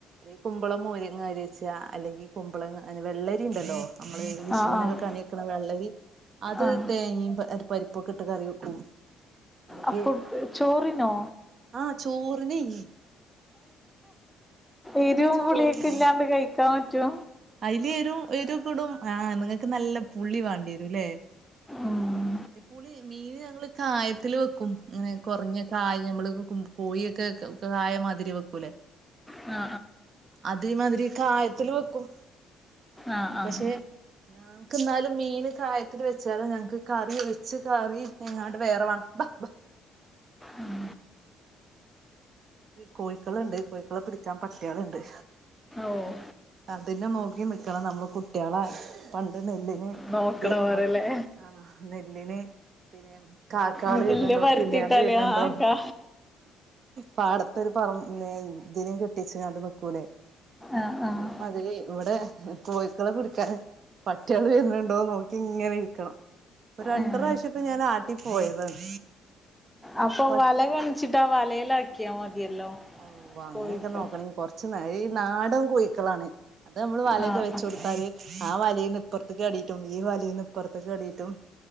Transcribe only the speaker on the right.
നി കുമ്പളം മോരിങ്ങ കരി വെച്ചാ അല്ലെങ്കി കുമ്പളങ്ങ വെള്ളരി ണ്ടല്ലോ? നമ്മള് വിഷുവിനൊക്കെ
കണി വെക്കണ വെള്ളരി അത്
തേങ്ങി പരിപ്പൊക്കെ ഇട്ട് കറി വെക്കും ഇല്ലെങ്കി
ആഹ് ചോറിനെയ്
ചോറിന്
അയില് എരും എരൊക്കെടും ആഹ് നിങ്ങക്ക് നല്ല പുള്ളി വേണ്ടിയരുല്ലേ
ന്റെ പുളി മീന് ഞങ്ങള് കായത്തില് വെക്കും ങ്ങനെ കൊറഞ്ഞ കായ മ്മള് കോഴിയൊക്കെ ക്ക കായമാതിരി വെക്കൂലേ
അതേമാതിരി കായത്തില് വെക്കും
പക്ഷെ ഞങ്ങക്ക് ന്നാലും മീന് കായത്തില് വെച്ചാലെ ഞങ്ങക്ക് കറി വെച്ച് കറി എങ്ങാണ്ട് വേറെ വാണം ബാ ബാ
കോയ്ക്കളുണ്ട് കോയ്ക്കളെ പിടിക്കാൻ പട്ട്യാള്ണ്ട്
അതിനെ നോക്കി നിക്കണം നമ്മള് കുട്ട്യാളെ പണ്ട് നെല്ല് <unintelligible>
ഇത്
ആടി ആഹ് നെല്ലിന് പിന്നെ കാക്കാള്
വെര്ന്നുണ്ടോ
കിളിയേള് വെര്ന്നുണ്ടോ
പാടത്തൊരു പറം നെ ഇതിനേം കെട്ടി വെച്ചാണ്ട് നിക്കൂലെ?
അതേ മാതിരി ഇവടെ കോയ്ക്കളെ പിടിക്കാന് പട്ട്യേള് വെര്ന്നുണ്ടോ നോക്കി ഇങ്ങനെ ഇരിക്കണം ഇപ്പ രണ്ട്
പ്രാവശ്യപ്പൊ ഞാൻ നാട്ടി പോയതാണ്
പ
ഔ അങ്ങനെക്കെ
നോക്കണെ കൊറച്ച് നേ ഈ നാടൻ കോയ്ക്കളാണ് അത് നമ്മള് വലെക്കെ
വെച്ചോട്
ട്ടാല് ആ വലെന്ന് ഇപ്പൊർത്ത്ക്ക് ചാടീട്ടും ഈ വലേന്ന് ഇപ്പർത്ത്ക്ക് ചാടീറ്റും